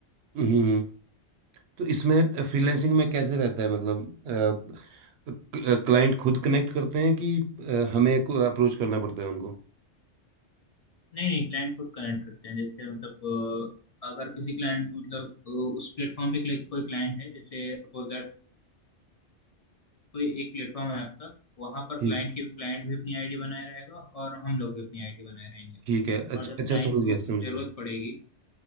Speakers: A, on the right (about 70°); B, on the left (about 55°).
A: हम्म तो इसमें फ्रीलांसिंग में कैसे रहता है मतलब क्लाइंट खुद कनेक्ट करते हैं कि अ, हमें को अप्रोच करना पड़ता है उनको
B: नहीं नहीं क्लाइंट खुद कनेक्ट करते हैं जैसे मतलब अ, अगर किसी क्लाइंट को मतलब अ, उस प्लेटफॉर्म पे क्लिक- कोई क्लाइंट है जैसे सपोज दैट कोई एक प्लेटफॉर्म है आपका वहां पर
A: ठीक
B: क्लाइंट की क्लाइंट भी अपनी आईडी बनाए रहेगा और हम लोग भी अपनी आईडी बनाए रहेंगे
A: ठीक है अच्छा
B: और जब
A: अच्छा
B: क्लाइंट
A: समझ
B: को
A: गया समझ गया
B: जरूरत पड़ेगी